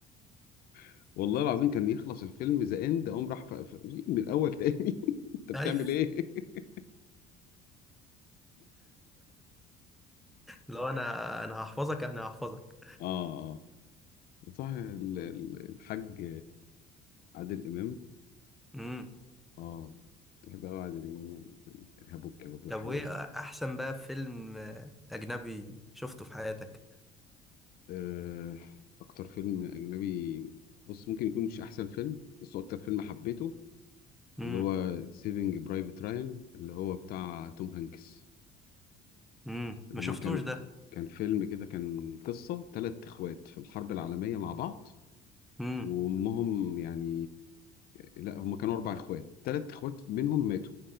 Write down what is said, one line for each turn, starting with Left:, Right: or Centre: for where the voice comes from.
Left: <laughs> والله العظيم كان يخلص الفيلم ذا اند اقوم راح ف... ف... من الاول تاني <laughs> انت بتعمل
Centre: <laughs> ايوه
Left: ايه <laughs>
Centre: لو انا انا هحفظك انا هحفظك
Left: اه اه صح ال- ال- الحاج عادل امام
Centre: امم
Left: اه بحب أوي عادل إمام يعني في الإرهاب والكباب والحاجات
Centre: طب وايه
Left: دي
Centre: احسن بقى فيلم اجنبي شفته في حياتك
Left: آه، أكتر فيلم أجنبي بص ممكن يكون مش أحسن فيلم بس هو أكتر فيلم حبيته
Centre: امم
Left: اللي هو سيفينج برايفت رايان اللي هو بتاع توم هانكس
Centre: امم
Left: اللي
Centre: ما شفتوش
Left: هما كان
Centre: ده
Left: كان فيلم كده كان قصة تلات إخوات في الحرب العالمية مع بعض
Centre: امم
Left: وأمهم يعني لا هما كانوا أربع إخوات تلات إخوات منهم ماتوا